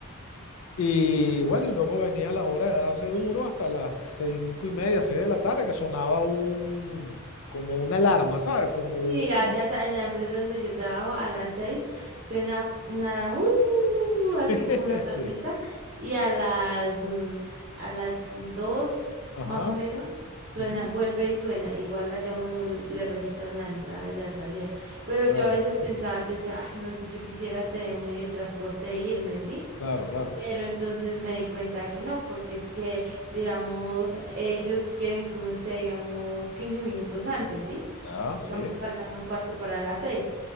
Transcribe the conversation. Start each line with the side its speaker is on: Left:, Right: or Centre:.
Left: Y bueno, y luego venía la hora de darle duro hasta las cinco y media, seis de la tarde, que sonaba un, como una alarma, ¿sabes? Como un...
Right: Sí, allá sa- en la empresa donde yo trabajo a las seis suena una alarma, uy, uy,
Left: <laughs>
Right: uy, así como una alarmita,
Left: Sí,
Right: y a las mm, a las dos
Left: ajá,
Right: más o menos suena,
Left: ujú,
Right: vuelve y suena. Igual allá uno le registran la entrada y la salida. Pero
Left: Claro,
Right: yo a veces pensaba, yo decía, ay, no sé, yo quisiera tener un medio de transporte e irme, ¿sí?
Left: claro, claro.
Right: Pero entonces me di cuenta que no, porque es que, digamos, ellos quieren que uno esté, digamos, 15 minutos antes, ¿sí?
Left: Ya, sí,
Right: Digamos, faltando un cuarto para las seis.